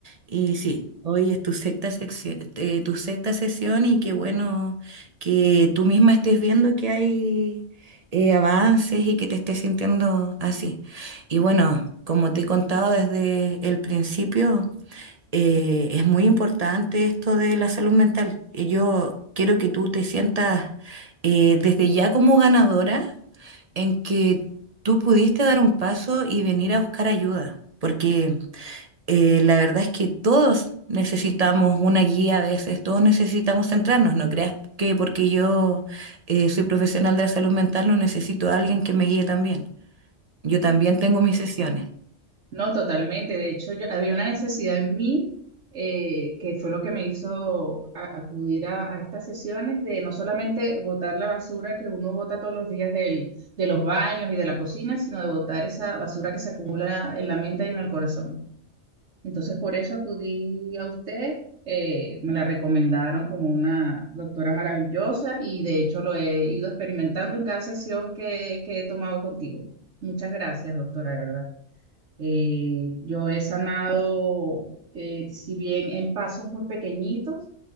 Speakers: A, on the right; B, on the right.
A: Y sí, hoy es tu sexta sección, eh, tu sexta sesión y qué bueno que tú misma estés viendo que hay eh, avances y que te estés sintiendo así. Y bueno, como te he contado desde el principio eh, es muy importante esto de la salud mental. Y Yo quiero que tú te sientas eh, desde ya como ganadora en que tú pudiste dar un paso y venir a buscar ayuda, porque eh, la verdad es que todos necesitamos una guía a veces, todos necesitamos centrarnos, no creas que porque yo eh, soy profesional de la salud mental no necesito a alguien que me guíe también. Yo también tengo mis sesiones,
B: No, totalmente. De hecho, yo, había una necesidad en mí eh, que fue lo que me hizo a- acudir a, a estas sesiones de no solamente botar la basura que uno bota todos los días del- de los baños y de la cocina, sino de botar esa basura que se acumula en la mente y en el corazón. Entonces, por eso acudí a usted. eh, me la recomendaron como una doctora maravillosa y de hecho lo he ido experimentando en cada sesión que que he tomado contigo. Muchas gracias, doctora, de verdad. Eh, yo he sanado, eh, si bien en pasos muy pequeñitos,